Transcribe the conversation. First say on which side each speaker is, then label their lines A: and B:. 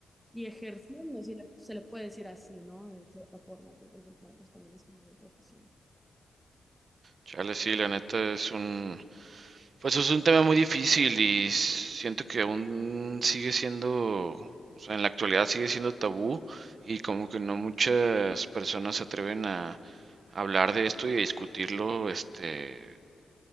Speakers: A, in the centre; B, on the right (about 50°).
A: y ejerciendo, si le- se le puede decir así, ¿no? De cierta forma, porque al final pues también es como una profesión.
B: Chale, sí, la neta es un, Pues es un tema muy difícil y siento que aún sigue siendo, o sea, en la actualidad sigue siendo tabú y como que no muchas personas se atreven a hablar de esto y a discutirlo, este,